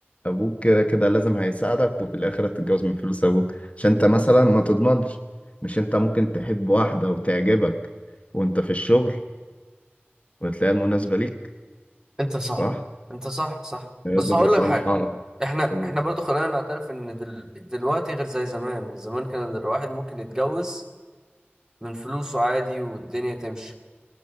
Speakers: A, on the left; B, on the right.
A: ابوك كده كده لازم هيساعدك وفي الاخر هتتجوز من فلوس ابوك عشان انت مثلا ما تضمنش مش انت ممكن تحب واحدة وتعجبك وانت في الشغل وتلاقيها المناسبة ليك
B: انت صح
A: صح؟
B: انت صح صح
A: يا
B: بس
A: زوجة
B: هقول
A: صالحة
B: لك حاجه احنا
A: و-
B: احنا برضو خلينا نعترف ان دل... دلوقتي غير زي زمان زمان كان الواحد ممكن يتجوز من فلوسه عادي والدنيا تمشي